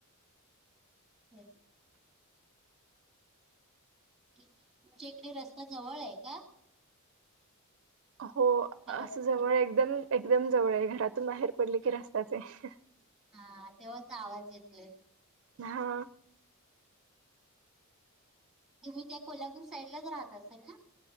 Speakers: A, in the centre; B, on the right (about 55°).
A: हो तुमच्या इकडे रस्ता जवळ आहे का
B: हो
A: हॅलो
B: अस जवळ एकदम एकदम जवळ आहे घरातून बाहेर पडले की रस्ताचे ये
A: हा तेव्हाच आवाज येत नाही
B: हा
A: तुम्ही त्या कोल्हापूर साईडलाच राहत असाल ना